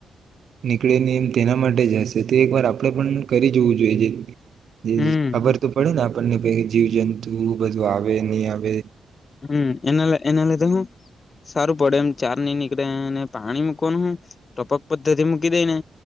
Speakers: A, on the right; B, on the left.
A: નીકળે ને એમ તેના માટે જ હશે તે એક વાર આપણે પણ કરી જવું જોઈએ જે જ
B: હમ
A: જ ખબર તો પડે ને આપ આપણને કઇ જીવ જંતુ બધું આવે આવે ન આવે
B: હમ એના લ એના લીધે હું સારું પડે એમ ચાર ની નીકળે પાણી મૂકવાનું હું ટપક પદ્ધતિ મૂકી દઈ ને